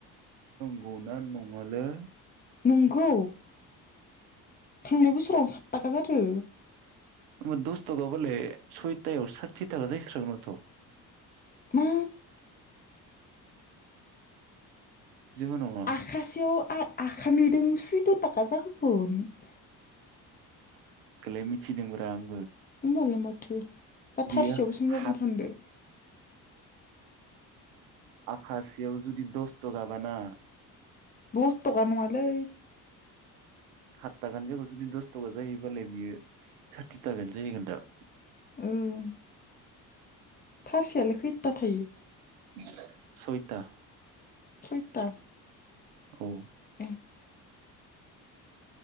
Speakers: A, on the right; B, on the left.
A: नंगौना नङालै?
B: नोंगौ। थांनाय बोसोरावनो सात थाखा जादो।
A: होमबा दसथाखा बालाय सयथायाव साथि थाखा जाहै स्रागोन माथो।
B: मा?
A: जेबो नङा
B: आखासेयाव आ आखा नैदों। <unintelligible>
A: एखोलाय मिथिदोंंब्रा आं
B: होमबालाय माथो बा
A: बियो
B: थारसेयाव बेसां जागोन
A: हाथ
B: सानदो?
A: आखासेयाव जुदि दसथखा बाना
B: दसथखा नङालै।
A: हात थाखानि जायगायाव जुदि दस थखा जायोबालाय बियो साथि थाखानो जाहैगोन दा।
B: उम थारसेयालाय खैथा थायो?
A: दाइनथा
B: सयथा
A: औ
B: ए